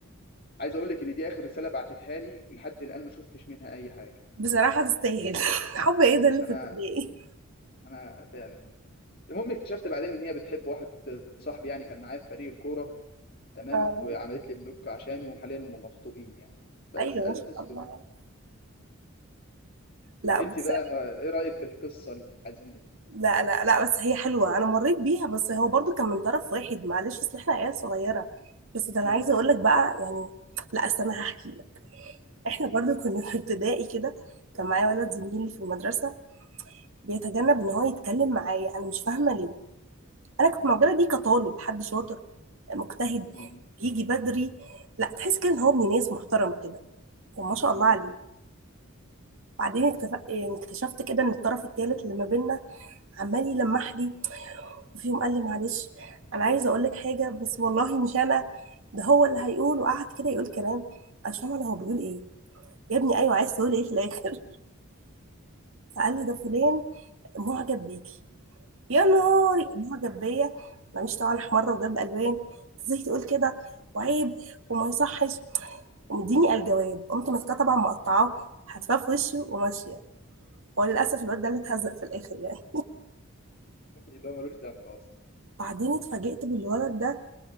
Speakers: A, on the left (about 40°); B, on the right (about 65°).
A: عايز اقول لك ان دي اخر رساله بعتتها لي لحد الان ما شفتش منها اي حاجه
B: بصراحه تستاهل <laughs> حب ايه ده اللي
A: انا
B: في ابتدائي
A: انا فعلا المهم اكتشفت بعدين ان هي بتحب واحد صاحبي يعني كان معايا في فريق الكوره تمام
B: اه
A: وعملت لي بلوك عشانه وحاليا هم مخطوبين يعني بس
B: ايوه
A: ادي
B: ما شاء
A: قصة بلوك
B: الله لا
A: انت
B: بص
A: بقى ما... ايه رأيك في القصة الحزينة
B: لا لا لا بس هي حلوه انا مريت بيها بس هو برضو كان من طرف واحد معلش اصل احنا عيال صغيره بس ده انا
A: دي
B: عايزه
A: مم.
B: اقول لك بقى يعني لا اصل انا هحكي لك احنا
A: احكي
B: برضو
A: لك
B: كنا في ابتدائي كده كان معايا ولد زميلي في المدرسه بيتجنب ان هو يتكلم معايا انا مش فاهمه ليه انا كنت معجبه
A: مم.
B: بيه كطالب حد شاطر مجتهد
A: مم.
B: بيجي بدري لا تحس كده ان هو ابن ناس محترم كده طب ما شاء
A: مم.
B: الله عليه بعدين اكتف... يعني اكتشفت كده ان الطرف التالت اللي ما بينا عمال يلمح لي وفي يوم قال لي معلش انا عايز اقول لك حاجه بس والله مش انا ده هو اللي هيقول وقعد كده يقول كلام انا مش فاهمه انا هو بيقول ايه يا ابني ايوه عايز تقول
A: مم.
B: ايه في الاخر <laughs> فقال لي ده فلان معجب بيكي يا نهاري
A: اه
B: معجب بيا انا مش طبعا احمر وجاب الوان أنت ازاي تقول كده وعيب وما يصحش ومديني الجواب قمت ماسكاه طبعا مقطعاه حتفاه في وشه وماشيه هو للاسف الواد ده اللي اتهزق في الاخر يعني
A: اللي هو ملوش ذنب اصلا
B: بعدين اتفاجئت بالولد ده